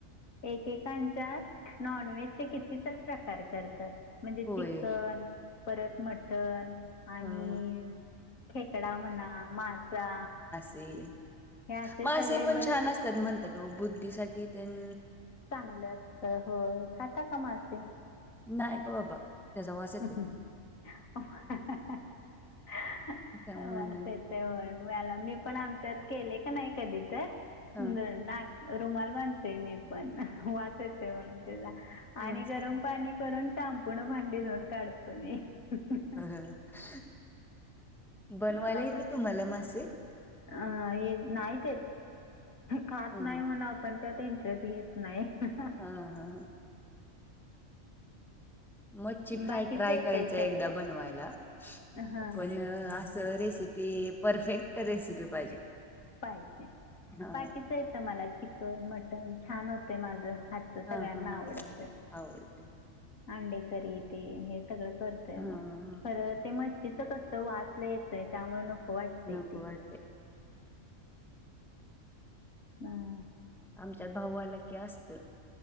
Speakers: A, on the left; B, in the centre.
A: एकेकांच्या नॉनव्हेजचे कितीतर प्रकार करतात. म्हणजे चिकन
B: होय.
A: परत मटण आणि
B: हां.
A: खेकडा म्हणा मासा
B: ते
A: हे असे
B: मासे
A: सगळे
B: पण
A: बरेच
B: छान असतात म्हणतात ओ बुद्धीसाठी त्यान
A: चांगले असत होय खाता का मासे?
B: नाही ग बाबा. त्याचा वास येतोय
A: <unintelligible>
B: त्यामुळे
A: वास
B: नाही.
A: येत तेव्हय मला मी पण आमच्यात केले का नाही कधी तर
B: हां.
A: नाक रुमाल बांधते मी पण <unintelligible> पण वास येते म्हणून त्याला
B: वास
A: आणि गरम
B: येतो.
A: पाणी करून शाम्पू नी भांडी धुवून काढतो मी. <unintelligible>
B: <unintelligible> बनवायला
A: मला
B: येते
A: पण
B: तुम्हाला
A: नाही
B: मासे?
A: अ हे नाहीत खात
B: हं,
A: नाही
B: हं.
A: म्हण पण त्यात इंटरेस्ट घेत नाही <unintelligible>
B: हा हा हा मच्छी फ्राय
A: बाकीच
B: ट्राय
A: येतय
B: करायचा एकदा
A: सगळं
B: बनवायला
A: हा
B: पण असं रेसिपी पी परफेक्ट रेसिपी पाहिजे.
A: पाहिजे
B: हां,
A: बाकीचं येत मला चिकन मटन छान होते माझं हात सगळ्यांना
B: हां, हां, हां.
A: आवडत
B: आवडते.
A: आंडे हे सगळ करतय
B: हां, हां,
A: म
B: हां.
A: खर ते मच्च कस वाचलं येतंय त्यामुळे नको वाटतंय
B: न नकवाटे
A: ते अ ह
B: आमच्यात भाऊला की असतं